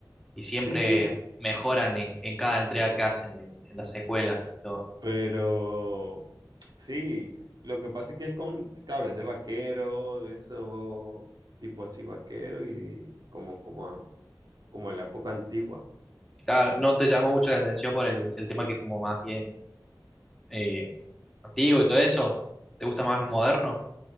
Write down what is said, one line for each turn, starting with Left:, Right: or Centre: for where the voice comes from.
Centre: y siempre
Right: Sí, sí.
Centre: mejoran en, en cada entrega que hacen, en, en las secuelas y todo.
Right: Pero sí, lo que pasa es que es con, claro, es de vaquero, de eso, tipo así vaquero y como, como, como en la época antigua.
Centre: Claro, no te llamó mucho la atención por el, el tema que es como más bien eh, antiguo y todo eso. ¿Te gusta más lo moderno?